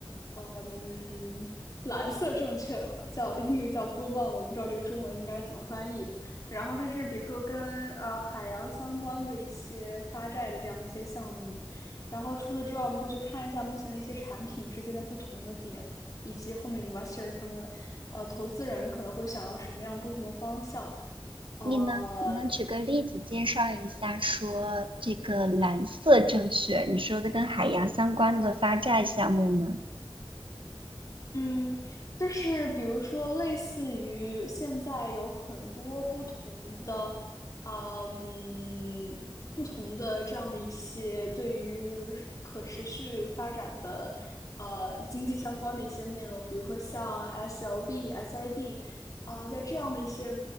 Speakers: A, on the left; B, on the right.
A: 呃嗯蓝色证券，叫英语叫 blue bond，我不知道这个中文应该怎么翻译。然后它是比如说跟呃海洋相关的一些发债的这样一些项目，然后除此之外，我们会去看一下目前的一些产品之间的不同的点。以及后面 investor 他们，呃，投资人可能会想要什么样不同的方向？呃，
B: 你呢？你能举个例子介绍一下，说这个蓝色证券，你说的跟海洋相关的发债项目吗？
A: 嗯，就是比如说，类似于现在有很多不同的，呃嗯，不同的这样的一些对于可持续发展的，呃，经济相关的一些内容，比如说像 SLB、SIB，呃，在这样的一些。